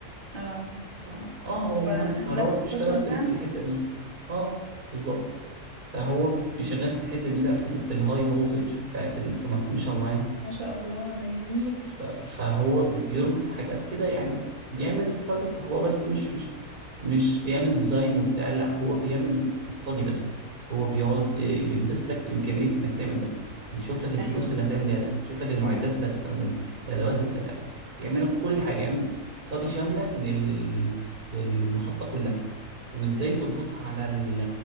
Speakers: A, on the right; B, on the right.
A: اه
B: اه اه هو
A: ونفس
B: مهندس كهرباء
A: القسم
B: بيشتغل
A: بتاعنا
B: في ال- في الحته دي اه بالظبط فهو بيشتغل في الحته دي بقى في, ال- في الهاي فولتج بتاعت الترانسميشن لاين
A: ما شاء الله ده جميل
B: ف- فهو بي- بيربط حاجات كده يعني بيعمل ستاديز هو بس مش مش مش بيعمل ديزاين وبتاع لا هو بيعمل استادي بس هو بيقعد ي- يدرس لك إمكانية إنك تعمل ده يشوف لك الفلوس
A: ايوه
B: اللي هتعمل بيها ده يشوف لك المعدات اللي هتستخدمها الأدوات اللي هتعمل يعمل لك كل حاجة يعمل استادي شاملة لل... للمحطة كلها وإزاي
A: ايوه
B: تربطها على ال...